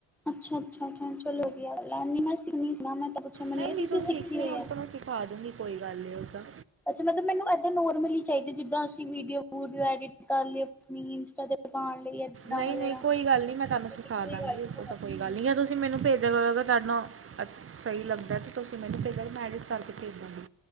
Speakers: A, in the centre; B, on the right (about 30°).
A: ਅੱਛਾ ਅੱਛਾੱਛਾ ਚਲੋ ਵਧੀਆੱਲ ਮ ਸੁ ਮੈਂ ਪੁਨੂੰਸੀ
B: ਨਹੀਂ ਨਹੀਂ ਤੁਸੀਂ
A: ਸਿੱਖੀ
B: ਸਿੱਖਣੀ
A: ਹੋ
B: ਤੁਹਾਨੂੰ ਸਿਖਾ ਦੂੰਗੀ ਕੋਈ ਗੱਲ ਨਹੀਂ ਉਹ ਤਾਂ
A: ਮੈੂੰ ਨਰ ਚਾ ਜਿੱਦਾਂ ਅਸੀਂ ਵੀਡੀਓ ਬੂ ਐਡਿਟ ਕਰ ਲਈ ਅਪਣੀ ਇੰਸਟਾ ਤੇ ਪਾਣ ਲਈ ਏਦਾਂ
B: ਨਹੀਂ
A: ਵਗੈਰਾ,
B: ਨਹੀਂ ਕੋਈ
A: ਨਹੀਂ-ਨਹੀਂ
B: ਗੱਲ ਨਹੀਂ ਮੈਂ ਤੁਹਾਨੂੰ ਸਿਖਾ
A: ਕੋਈ
B: ਦਾਂਗੀ
A: ਗੱਲ ਨ
B: ਉਹ ਤਾਂ ਕੋਈ ਗੱਲ ਹੀ ਆ ਤੁਸੀਂ ਮੈਨੂੰ ਭੇਜ ਦਿਯਾ ਕਰੋ ਅਗਰ ਤੁਹਾਨੂੰ ਸਹੀ ਲੱਗਦਾ, ਤੇ ਤੁਸੀਂ ਮੈਨੂੰ ਭੇਜ ਦਿਯਾ ਕਰੋ, ਮੈਂ ਐਡਿਟ ਕਰਕੇ ਭੇਜ ਦਾਂਗੀ।